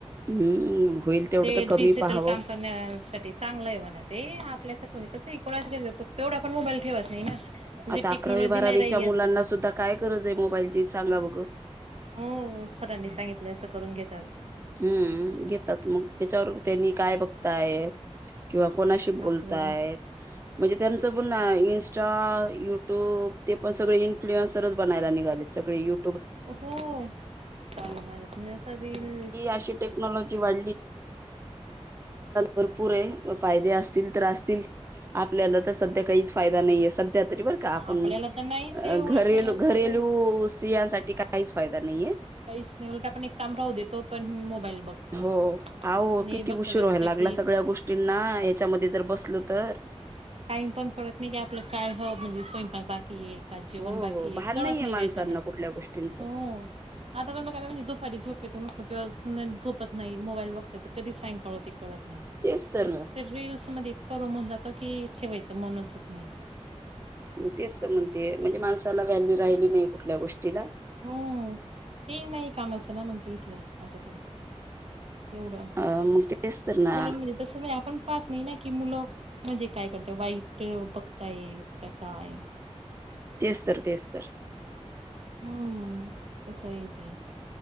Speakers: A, on the right; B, on the right.
A: हम्म होईल तेवढं
B: ते
A: तर कमी
B: डिजिटल
A: पाहावं
B: काम करण्यासाठी चांगलं आहे म्हणा ते आपल्यासणी कस इड तेवढं आपण मोबाईल ठेवत नाही ना म्हणजे
A: आता
B: टेक्नॉलॉजी
A: अकरावी बारावीच्या
B: नाही राहिली
A: मुलांना
B: असती तर
A: सुद्धा काय गरज आहे मोबाईलची सांगा बघं
B: हो सरांनी सांगितले असं करून घेतात
A: हम्म घेतात मग त्याच्यावर त्यांनी काय बघताय किंवा कोणाशी
B: काय
A: बोलताय
B: आपल्याला
A: म्हणजे त्यांचं पण इन्स्टा युट्यूब ते पण सगळे इन्फ्लुअन्स सरच बनायला निघाले सगळे यु
B: हो चालणारे तुम्ही असा बल
A: अ टे वा भरपूर आहे फायदे असतील तर असतील आपल्याला तर सध्या काहीच फायदा नाहीये सध्या तरी बर का आपण
B: हा, आपल्याला तर नाहीच आहे उलट
A: घरेल
B: म्हणजे असं
A: घरेलू
B: आहे
A: स्त्रियांसाठी काहीच फायदा नाहीये
B: काहीच नाही उलटा पण एक काम राहू देेतो पण मोबाईल बघतो
A: हो आह
B: आणि
A: किती
B: बघता
A: उशीर
B: बघता
A: व्हायला लागला
B: की
A: सगळ्या गोष्टींना याच्यामध्ये जर बसलं तर
B: टाईम पण कळत नाही की आपलं काय ह म्हणजे स्वयंपाक बाकी आहे का जेवण
A: हो
B: बाकी
A: हो भान
B: कळत
A: नाहीये
B: नाही
A: माणसांना
B: त्याच्याने आता
A: कुठल्या गोष्टींचं
B: हो आता पण बघय म्हणजे दुपारी झ किंवा झोपत नाही मोबाईल वाघत तर कधी सायंकाळते कत नाही
A: तेच तर ना
B: रीलस मध्ये इतकं रमून जात की ठेवायचं मन असत नाही
A: ग ते असत म्हणते म्हणजे माणसाला व्हॅल्यू राहिली नाही कुठल्या गोष्टीला
B: हम्म ते नाही कामाचं ना मग ते इथ आता ते एवढं
A: अ मग तेच तर ना
B: बलाण म तस नाही आपण पाहत नाही ना की मुलं म्हणजे काय करत वाईट बघताय का काय
A: तेस्तर तेस्तर
B: हम्म तर सई ती